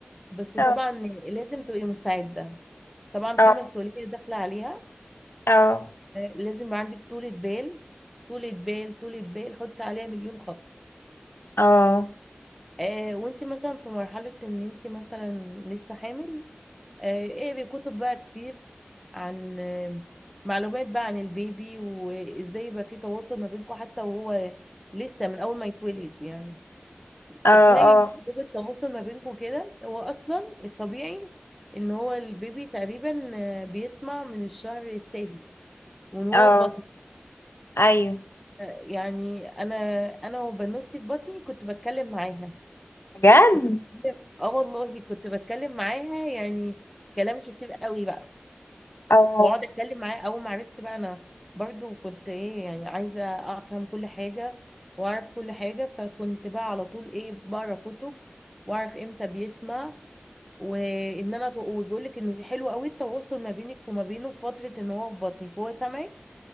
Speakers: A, in the centre; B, on the left (about 70°).
A: بس طبعا
B: اه
A: لازم تبقي مستعده طبعا
B: اه
A: في مسؤوليه داخله عليها
B: اه
A: لازم يبقى عندك طولة بال طولة بال طولة بال حطي عليها مليون خط
B: اه
A: آه وانت مثلا في مرحله ان انت مثلا لسه حامل آه، اقري كتب بقى كتير عن آه، معلومات بقى عن البيبي وازاي يبقى في تواصل ما بينكم حتى وهو لسه من اول ما يتولد يعني
B: اه
A: اخلاقي لغة تواصل ما بينكم كده هو اصلا الطبيعي ان هو البيبي تقريبا آه، بيسمع من الشهر السادس وان هو
B: اه
A: في بطن
B: ايوه
A: يعني انا انا وبنوتي في بطني كنت بتكلم معاها
B: بجد
A: كنت بتكلم اه والله كنت بتكلم معاها يعني كلام كتير قوي بقى
B: اه
A: واقعد اتكلم معاه اول ما عرفت بقى انا برضو كنت ايه يعني عايزه افهم كل حاجه واعرف كل حاجه فكنت بقى على طول ايه بقرا كتب واعرف امتى بيسمع وان انا وبيقول لك ان حلو قوي التواصل ما بينك وما بينه في فتره ان هو في بطنك هو سامعك